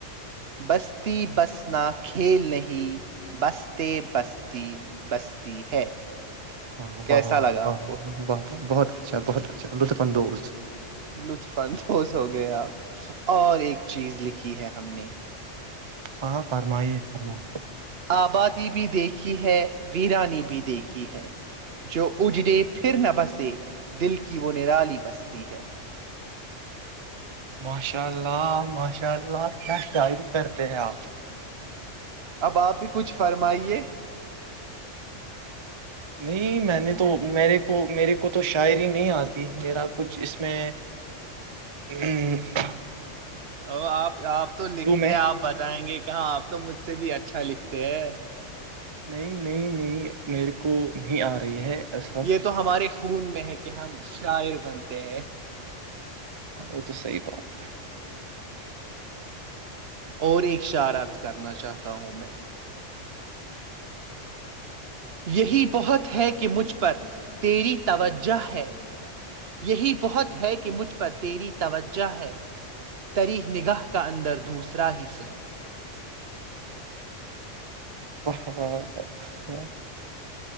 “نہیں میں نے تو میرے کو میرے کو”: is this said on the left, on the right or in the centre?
Right